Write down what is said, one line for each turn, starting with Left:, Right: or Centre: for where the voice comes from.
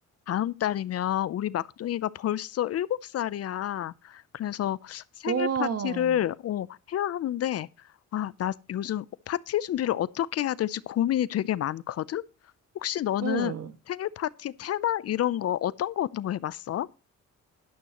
Left: 다음 달이면 우리 막둥이가 벌써 일곱 살이야. 그래서 생일
Right: 우 와,
Left: 파티를 어, 해야 하는데, 아, 나 요즘 파티 준비를 어떻게 해야 될지 고민이 되게 많거든? 혹시 너는
Right: 응.
Left: 생일 파티 테마 이런 거 어떤 거 어떤 거 해봤어?